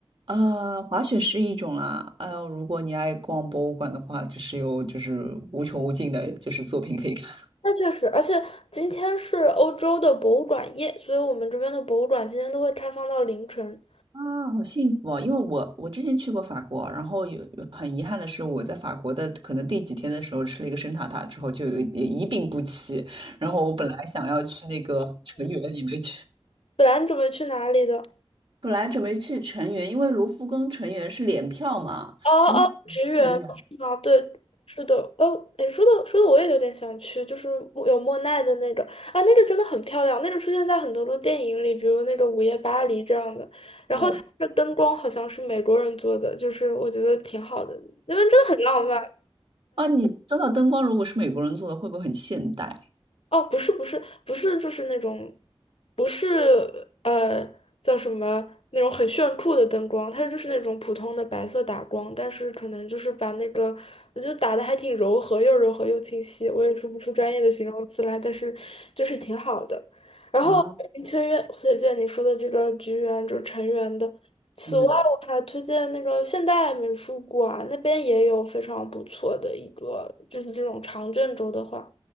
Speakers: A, on the right (about 60°); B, on the left (about 75°).
A: 呃，滑雪是一种啦，哎呦，如果你爱逛博物馆的话，就是有就是无穷无尽的，就是作品可以看。
B: 那确实，而且今天是欧洲的博物馆夜，所以我们这边的博物馆今天都会开放到凌晨。
A: 啊，好幸福哦！因为我我之前去过法国，然后有很遗憾的是，我在法国的可能第几天的时候吃了一个生塔塔之后就有一一病不起，然后我本来想要去那个成员也没去，
B: 本来你准备去哪里的？
A: 本来准备去成员，因为卢浮宫成员是联票嘛，
B: 哦，
A: 然后
B: 橘园是吗？
A: 成员，
B: 对，是的。哦，哎，说的说的我也有点想去，就是莫有莫奈的那个啊，那个真的很漂亮，那个出现在很多的电影里，比如那个《午夜巴黎》这样的。然后它的灯光好像是美国人做的，
A: 对，
B: 就是我觉得挺好的，那边真的很浪漫。
A: 哦，你说到灯光，如果是美国人做的，会不会很现代？
B: 哦，不是不是不是，就是那种，不是呃叫什么那种很炫酷的灯光，它就是那种普通的白色打光，但是可能就是把那个，我觉得打的还挺柔和，又柔和又清晰，我也说不出专业的形容词来，但是就是挺好的。然后推荐推荐你说的这个橘园，
A: 哇，
B: 就是成员的。此外，
A: 成员，
B: 我还推荐那个现代美术馆，那边也有非常不错的一个，就是这种长卷轴的画。